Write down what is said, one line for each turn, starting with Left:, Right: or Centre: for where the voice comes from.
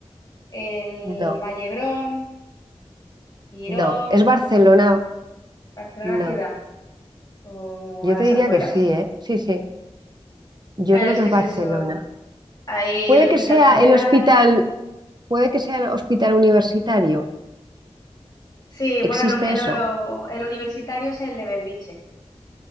Left: el
Right: no,
Left: Vallebrón, Girón,
Right: no, es Barcelona,
Left: Barcelona
Right: no.
Left: ciudad o
Right: Yo
Left: a las
Right: te diría
Left: afueras.
Right: que sí, ¿eh? Sí, sí, yo
Left: Claro,
Right: creo
Left: es
Right: que
Left: que
Right: es
Left: es
Right: Barcelona.
Left: eso. Hay
Right: Puede
Left: el Hospital
Right: que sea
Left: General.
Right: el hospital, puede que sea el hospital universitario.
Left: Sí, bueno,
Right: ¿Existe
Left: el, un- el,
Right: eso?
Left: el universitario es el de Belviche.